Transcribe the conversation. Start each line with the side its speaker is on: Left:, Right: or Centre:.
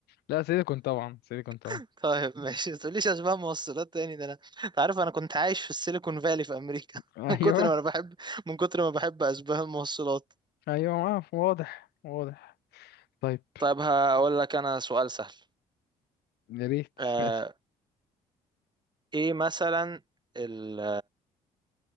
Left: لا سيليكون طبعا سيليكون طبعا
Right: <laughs> طيب ماشي ما تقوليش اشباه موصلات تاني ده انا أنت عارف انا كنت عايش في السيليكون فالي في امريكا <laughs>
Left: ايوه
Right: من كتر ما انا بحب من كتر ما بحب اشباه الموصلات
Left: ايوه آه، واضح واضح طيب
Right: طيب هقول لك انا سؤال سهل
Left: يا ريت <laughs>
Right: آه،
Left: ماشي
Right: ايه مثلا ال